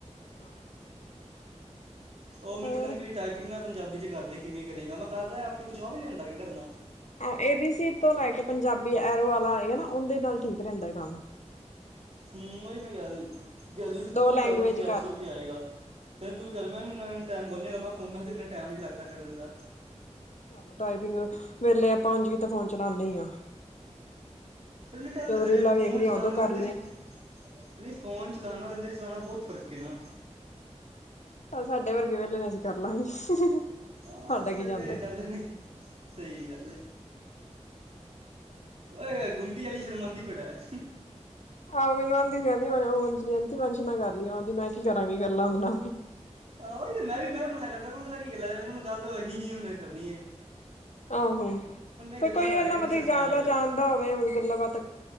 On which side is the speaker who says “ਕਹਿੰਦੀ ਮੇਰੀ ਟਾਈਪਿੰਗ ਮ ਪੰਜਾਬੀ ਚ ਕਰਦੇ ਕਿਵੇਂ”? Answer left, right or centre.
Right